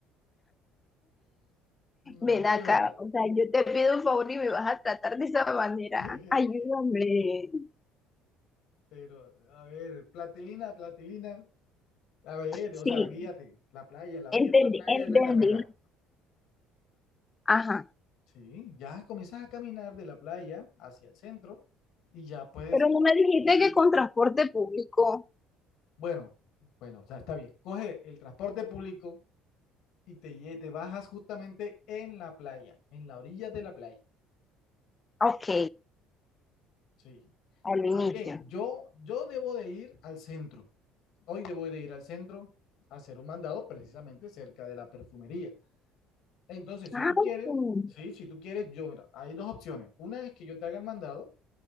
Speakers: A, on the left (about 65°); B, on the left (about 15°).
A: No,
B: Ven acá,
A: de verdad.
B: o sea, yo te pido un favor y me vas a tratar de esa manera.
A: <laughs>
B: Ayúdame.
A: Pero, a ver, platilina, platilina. A ver,
B: Sí,
A: o sea, guíate. La playa, la orilla
B: entendí,
A: de la playa
B: entendí.
A: es la carrera.
B: Ajá.
A: Sí, ya comienzas a caminar de la playa hacia el centro y ya puedes
B: Pero no me dijiste que con transporte público.
A: Bueno, bueno, o sea, está bien. Coge el transporte público y te, lle- te bajas justamente en la playa, en la orilla de la playa.
B: Ok,
A: Sí.
B: al inicio.
A: Más bien, yo, yo debo de ir al centro. Hoy debo de ir al centro a hacer un mandado precisamente cerca de la perfumería. Entonces, si
B: Ah,
A: tú quieres,
B: sí.
A: sí, si tú quieres, yo, mira, hay dos opciones. Una es que yo te haga el mandado